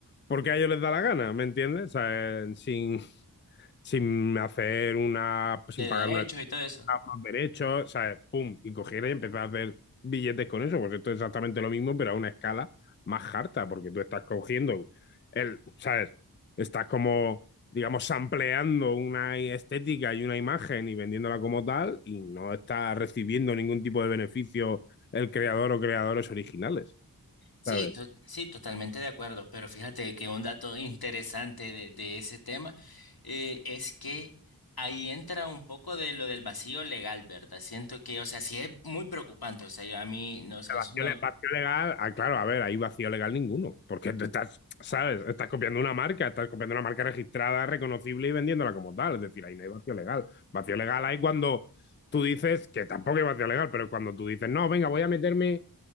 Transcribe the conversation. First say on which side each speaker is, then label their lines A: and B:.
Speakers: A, on the left; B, on the left.
A: porque a ellos les da la gana, ¿me entiendes? O sea, eh, sin, sin hacer una, sin
B: de derechos
A: pagar una
B: y todo eso.
A: a unos derechos, ¿sabes? Pum, y cogiera y empezar a hacer billetes con eso. Pues esto es exactamente lo mismo, pero a una escala más harta, porque tú estás cogiendo el, ¿sabes? Estás como, digamos, sampleando una estética y una imagen y vendiéndola como tal, y no estás recibiendo ningún tipo de beneficio el creador o creadores originales,
B: Sí,
A: ¿sabes?
B: to- sí, totalmente de acuerdo, pero fíjate que un dato interesante de, de ese tema eh, es que ahí entra un poco de lo del vacío legal, ¿verdad? Siento que, o sea, sí es muy preocupante, o sea, yo a mí, no, o sea,
A: El
B: es
A: vacío,
B: uno-
A: le- vacío legal, ah, claro, a ver, ahí vacío legal ninguno, porque tú estás, ¿sabes? Estás copiando una marca, estás copiando una marca registrada, reconocible y vendiéndola como tal, es decir, ahí no hay vacío legal. Vacío legal hay cuando tú dices, que tampoco hay vacío legal, pero cuando tú dices, no, venga, voy a meterme,